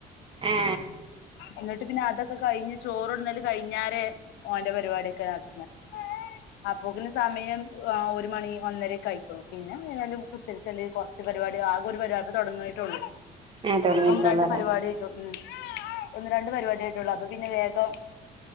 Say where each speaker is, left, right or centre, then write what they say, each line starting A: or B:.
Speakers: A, on the right (about 30°); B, on the left (about 80°).
A: ഏ
B: എന്നിട്ട് പിന്നെ അതൊക്കെ കഴിഞ്ഞ് ചോറുണ്ണല് കഴിഞ്ഞാലേ ഓന്റെ പരിപാടിയൊക്കെ നടത്തുന്ന് അപ്പപ്പിന്നെ സമയം ഒരു മണി ഒന്നരയൊക്കെ ആയിക്ക്ണ് പിന്നെ എന്തായാലും ല്ലേ കുറച്ച് പരിപാടി ആകെ ഒരു പരിപാടിയിപ്പം തുടങ്ങയിട്ടുള്ളു.
A: ഏ തൊടങ്ങിട്ടൊള്ളൂല്ലേ
B: ഒന്ന് രണ്ട് പരിപാടി ആയിട്ടോള്ളൂ ഒന്ന് രണ്ട് പരിപാടിയായിട്ട അപ്പൊ പിന്നെ വേഗം